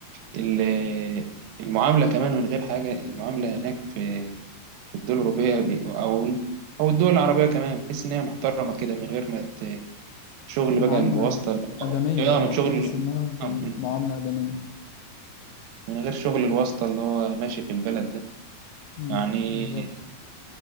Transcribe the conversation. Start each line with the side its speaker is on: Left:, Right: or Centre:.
Right: ال- المعاملة كمان من غير حاجة المعاملة هناك في الدول الأوروبية بي- أو أو الدول العربية كمان بتحس إن هي محترمة كده من غير ما ت- شغل
Left: معاملة
Right: بقى الواسطة اللي
Left: آدمية
Right: هو إيه،
Left: اه
Right: اه من شغل
Left: تحس إنها بمعاملة
Right: آه، من
Left: آدمية
Right: من غير شغل الواسطة اللي هو ماشي في البلد ده
Left: مم.
Right: يعني
Left: بالظبط